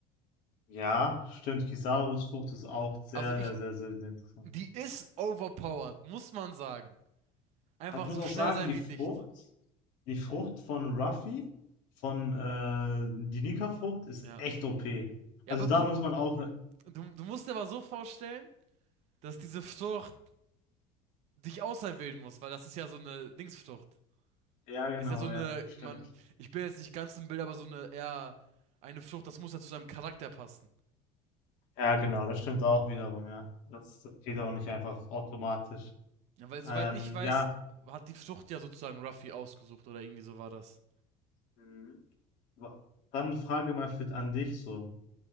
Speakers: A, on the left; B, on the right.
A: Ja, stimmt, Kisarus Frucht ist auch sehr,
B: Also ich,
A: sehr, sehr, sehr, sehr interessant.
B: die ist overpowered, muss man sagen. Einfach
A: Aber Ich muss
B: so
A: auch
B: schnell
A: sagen,
B: sein
A: die
B: wie
A: Frucht,
B: Licht.
A: die Frucht von Ruffy, von äh, die Nika-Frucht, ist
B: Ja.
A: echt OP.
B: Ja,
A: Also
B: aber du,
A: da muss man auch,
B: Du, du musst dir aber so vorstellen, dass diese Frucht dich auserwählen muss, weil das ist ja so eine Dingsfrucht.
A: ja genau,
B: Ist ja so eine,
A: ja, stimmt.
B: man, ich bin jetzt nicht ganz im Bild, aber so eine eher eine Frucht, das muss ja zu deinem Charakter passen.
A: Ja genau, das stimmt auch wiederum, ja. Das, das geht auch nicht einfach automatisch.
B: Ja, weil soweit
A: Ähm,
B: ich weiß,
A: ja,
B: hat die Frucht ja sozusagen Ruffy ausgesucht oder irgendwie so war das.
A: Mhm. wa- dann Frage mal für, an dich so.